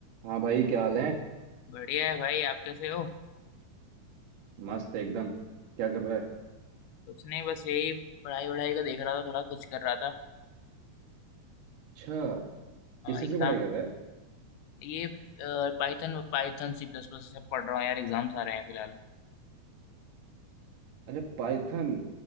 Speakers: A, on the right; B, on the left.
A: हाँ भाई क्या हाल है
B: बढ़िया है भाई आप कैसे हो
A: मस्त एकदम क्या कर रहा है
B: कुछ नहीं बस यही पढ़ाई वढ़ाई का देख रहा था थोड़ा कुछ कर रहा था
A: अच्छा किसी
B: एग्जाम
A: से पढ़ाई कर रहा है
B: ये Python Python C plus plus सब पढ़ रहा हूँ यार एग्जाम्स आ रहे हैं फिलहाल
A: अच्छा पाइथन